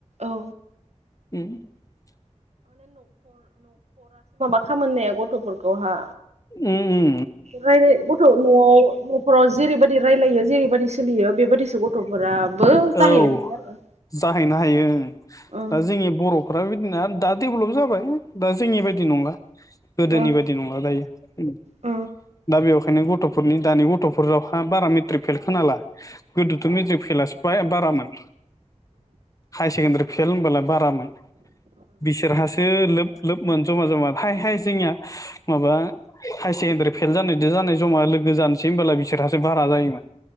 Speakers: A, on the right (about 60°); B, on the left (about 25°).
A: औ
B: <unintelligible>
A: खामानिनाया गथ'फोरखौहा
B: उ उ
A: राय गथ' न'आव न'फोराव जेरैबायदि रायलायो जेरैबायदि सोलियो बेबायदिसो गथ' गथ'फोराबो जाहैनो
B: औ
A: हायो आरो
B: जाहैनो हायो
A: ओं
B: दा जोंनि बर'फोराबो बिदिना दा डेभेलप जाबाय दा जोंनि बायदि नंला गोदोनि
A: ओं
B: बायदि नंला दायो
A: औ
B: दा बेवाय ओंखायनो गथ'फोरनि दानि गथ'फोरावहा बारा मेट्रिक फेल खोनाला गोदोथ' मेट्रिक फेलासो हाय बारामोन हायार सेकेडारि फेल होनबोला बारामोन बिसोरहासो लोब लोबमोन जमा जमा हाय हाय जोंनिया माबा हायार सेकेण्डारि फेल जानादो जानाय जमा लोगो जानोसै होनोमबोला बिसोरहासो बारा जायोमोन